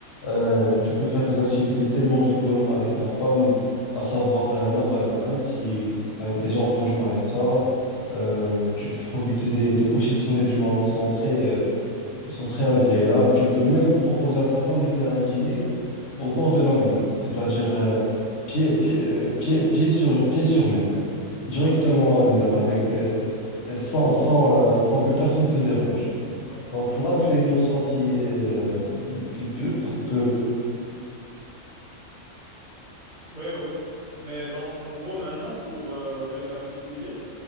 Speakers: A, on the left; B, on the right.
A: Euh, tu peux faire des activités tellement rigolotes avec ta femme, à savoir euh, la banane, si tu as déjà entendu parler de ça.
B: oui,
A: Euh,
B: oui.
A: tu peux profiter des, des couchers de soleil du Maroc sont très, euh, ils sont très agréables. Tu peux même proposer à ta femme de faire un dîner au bord de la mer, c'est-à-dire euh, pied, pied, euh, pied, pied sur, pied sur mer, directement
B: d'accord,
A: à la mer, avec, euh, sans, sans, euh, sans que personne te dérange.
B: d'accord.
A: Donc là,
B: je
A: c'est une option qui est, euh, qui peut, qu'on- que
B: Oui, oui. Mais donc, en gros, maintenant, pour euh, récapituler,